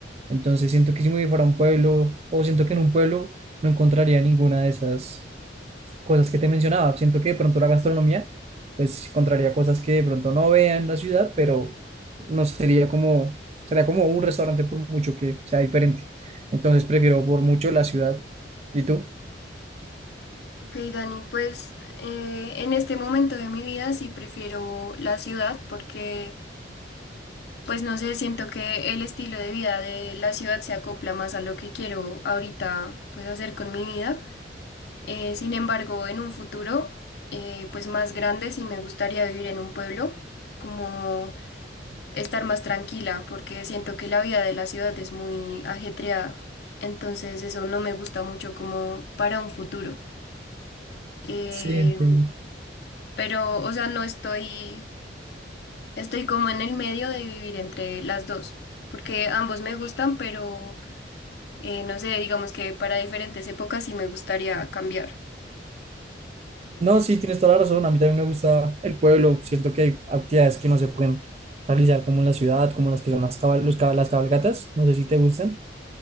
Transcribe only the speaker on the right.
Entonces siento que si me voy para un pueblo, o siento que en un pueblo no encontraría ninguna de esas cosas que te mencionaba. Siento que de pronto la gastronomía, pues encontraría cosas que de pronto no vea en la ciudad, pero no sería como, sería como un restaurante por mucho que sea diferente. Entonces prefiero por mucho la ciudad. ¿Y tú?
Sí, entiendo.
No, sí, tienes toda la razón. A mí también me gusta el pueblo. Siento que hay actividades que no se pueden realizar como en la ciudad, como las que son las, cabal- los cab- las cabalgatas. No sé si te gustan.